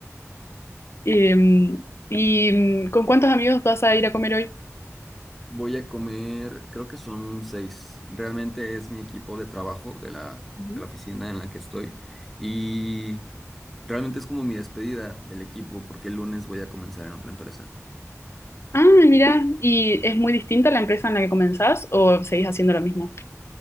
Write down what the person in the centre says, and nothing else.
Voy a comer, creo que son seis. Realmente es mi equipo de trabajo de la,
de la oficina en la que estoy. Y realmente es como mi despedida del equipo porque el lunes voy a comenzar en otra empresa.